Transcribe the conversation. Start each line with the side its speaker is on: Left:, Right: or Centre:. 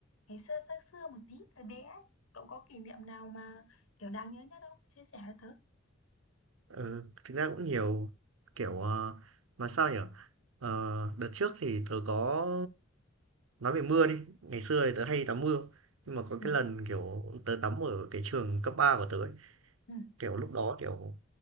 Left: ngày xưa xa xưa một tí, thời bé ấy. Cậu có kỷ niệm nào mà kiểu đáng nhớ nhất không? Chia sẻ với tớ.
Right: ừ, thực ra cũng nhiều, kiểu, ờ, nói sao nhỉ? Ờ, đợt trước thì tớ có nói về mưa đi, ngày xưa thì tớ hay tắm mưa, nhưng mà có
Left: Ừ,
Right: cái lần, kiểu, tớ tắm ở cái trường cấp 3 của tớ ấy,
Left: ừ,
Right: Kiểu, lúc đó, kiểu,